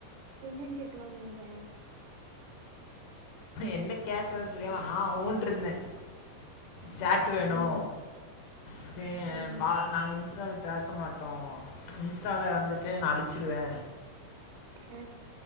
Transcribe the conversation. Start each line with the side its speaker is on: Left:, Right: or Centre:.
Right: என்னன்னு கேட்டு வாங்குனீங்க
Left: என்ன கேக்கறது தெரியாம ஆ ஊன்டுருந்தே சேட் வேணு
Right: ம்
Left: ஸ்கே
Right: ம்
Left: நாங்க இன்ஸ்டால பேச மாட்டோ இன்ஸ்டால வந்துட்டு நா அழிச்சிருவே
Right: ம்